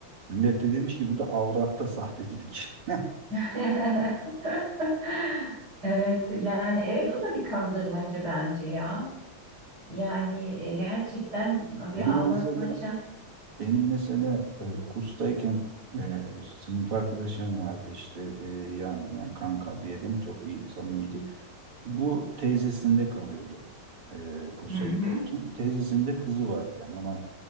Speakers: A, on the right (about 85°); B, on the right (about 50°).
A: Millet de demiş ki bu da avratta sahtecilik. <laughs>
B: <laughs> Evet, yani evet o da bir kandırmaca bence ya. Yani e, gerçekten bir
A: Benim
B: aldatmaca.
A: mesela Benim mesela e, kurstayken e, sınıf arkadaşım vardı işte e, yan, yani kanka diyelim çok iyi samimiydik. Bu teyzesinde kalıyordu e, kursa
B: Hı hı.
A: giderken. Teyzesinde kızı var yani ona